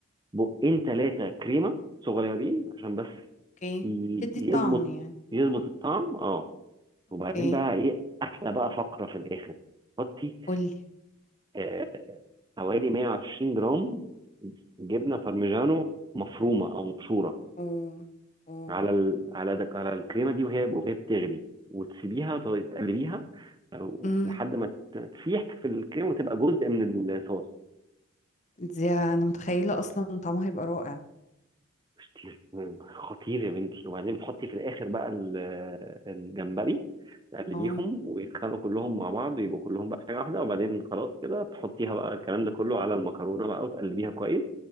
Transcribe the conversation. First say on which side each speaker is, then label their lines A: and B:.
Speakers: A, on the right; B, on the left.
A: بقين ثلاثة كريمة صغيرين عشان بس
B: اوكي
A: ي-
B: تدي
A: يظبط
B: الطعم يعني
A: يظبط الطعم اه
B: اوكي
A: وبعدين بقى ايه احلى بقى فقرة في الاخر حطي
B: قولي
A: آه، حوالي 120 جرام جبنه بارميجانو مفرومه او مبشوره
B: و و
A: على ال... على دك... على الكريمه دي وهي وهي بتغلي وتسيبيها وتقلبيها أو
B: امم
A: لحد ما ت- تسيح في الكريمه وتبقى جزء من الصوص
B: دي انا متخيلة اصلا طعمها هيبقى رائع
A: خطير خطير يا بنتي وبعدين بتحطي في الاخر بقى ال- الجمبري تقلبيهم
B: اه
A: ويتخلوا كلهم مع بعض ويبقوا كلهم بقى حاجه واحده وبعدين خلاص كده تحطيها بقى الكلام ده كله على المكرونه بقى وتقلبيها كويس